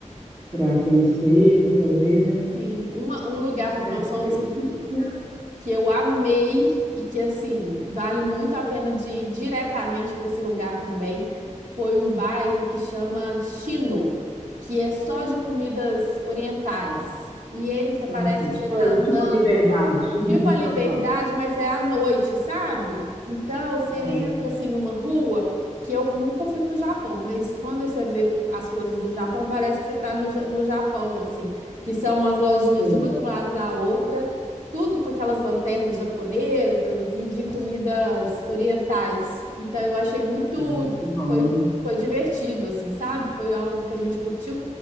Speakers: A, on the right; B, on the right.
A: para conhecer, para fazer, né?
B: Sim, uma, um lugar
A: Mas,
B: que nós
A: eu-
B: fomos
A: eu-
B: que
A: eu-
B: que eu amei e que, assim, vale muito a pena de ir diretamente para esse lugar também. Foi um bairro que chama Chino, que é só de comidas orientais. E ele, você parece
A: eu- assim,
B: que
A: tipo,
B: você está andando.
A: tipo liberdade <laughs> em
B: Tipo a Liberdade,
A: São Paulo.
B: mas é à noite, sabe? Então, você
A: Aham,
B: entra assim numa rua que eu nunca fui para o Japão, mas quando você vê as coisas do Japão, parece que você está no, Ja- no Japão, assim, que são as lojinhas
A: sei.
B: uma do lado da outra, tudo com aquelas lanternas japonesas e de comidas orientais. Então, eu achei muito,
A: Mas isso é bom,
B: foi,
A: né?
B: foi divertido, assim, sabe? Foi algo que a gente curtiu